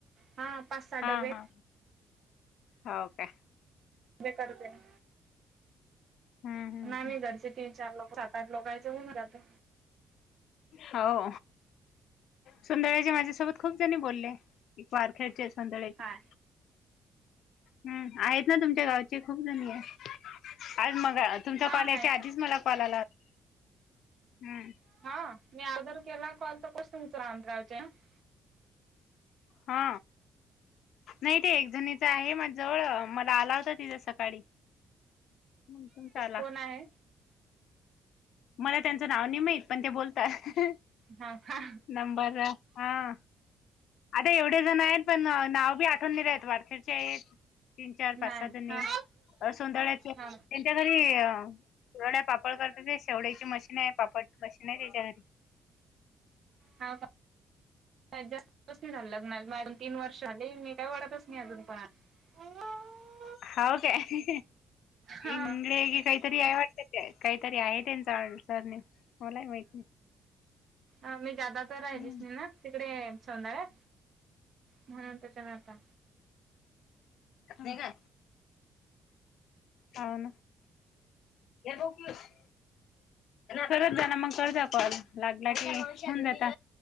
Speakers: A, on the right; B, on the left.
A: हा पाच सहा
B: हा
A: डबे
B: हा हो काय.
A: जे करते मी
B: हम्म हम्म
A: नाय मी दर्शित तीन चार लोकं <unintelligible> लोकयचे होऊन जातं.
B: हाव. सोंदळ्याची माझ्यासोबत खूप जणी बोलले पारखेडचे, सोंदळ्याची.
A: काय
B: हम्म आहेत ना तुमच्या गावचे खूप जणी आहे आज मंगळा तुमचा
A: हा
B: कॉल यायच्या
A: आहे
B: आधीच, मला कॉल आला होता. हंम.
A: हा मी अगोदर केला कॉल तर कसं तुमचा. <unintelligible>
B: हा नाही ते एक जणी च्या म जवळ मला आला होता तिजा सकाळी मंग तुमचा आला.
A: कोण आहे
B: मला त्यांचं नाव नाही माहीत पण ते बोलताय.
A: हा का
B: नंबर हा. आता एवढे जण आहेत पण नाव बी आठवून नाही राहित वारकडचे आहेत. तीन चार पाच
A: नाही
B: सहा जनी
A: हा
B: अ सोंदळ्याचे. <inaudible>
A: हा
B: त्याच्या घरी कुरूड्या पापड करते ते शेवड्याची मशीन आहे पापड मशीन आहे त्याच्या घरी.
A: हा व का? जास्त स नाही झालं लग्नाला तीन वर्ष झाले. मी काही वाढतच नाही. अजून कोणाला? <unintelligible>
B: हाव काय
A: हा
B: इंगळे गी काहीतरी आहे वाटतं ते काहीतरी आहे त्यांचा सरनेम मला बी माहती नाही.
A: आम्ही जादा तर राहिलीस
B: हम्म
A: नाही ना तिकडे सोंदळ्या म्हणून त्याच्यान आता
B: नाही का. हाव. ना. <unintelligible> करत जा ना मंग करता कॉल लागला की होेऊन जाता.